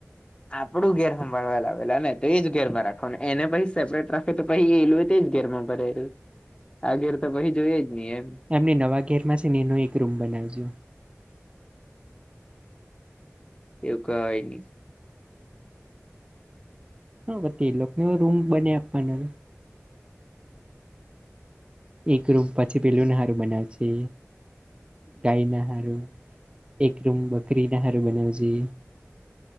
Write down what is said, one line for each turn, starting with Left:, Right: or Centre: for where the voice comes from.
Left: આપડું ઘેર સંંભાળવા લાવેલા ને તો એ જ ઘેર માં રાખો ને એને પછી સેપરેટ રાખો તો પછી એ તેજ ઘેરમાં ભરાયલું આ ઘેર તો પછી જોઈ જ નહી એમ
Right: એમને નવા ઘેર માં છે નો એક રૂમ બનાવજો
Left: એવું કવાય નહી
Right: હ એ લોકોને રૂમ બનાઈ આપવાનો એક રૂમ પછી પેલું નારું બનાવ છે ગાય ના હારુ એક રૂમ બકરીના હારુ બનાવજે.